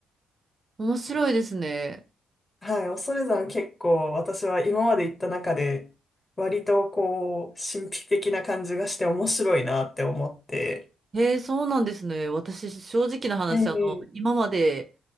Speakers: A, on the right; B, on the left.
A: 面白いですね。
B: はい、恐山結構私は今まで行った中で割とこう神秘的な感じがして面白いなって思って、
A: へえ、そうなんですね。私、正直な話、
B: ええ、
A: あの、今まで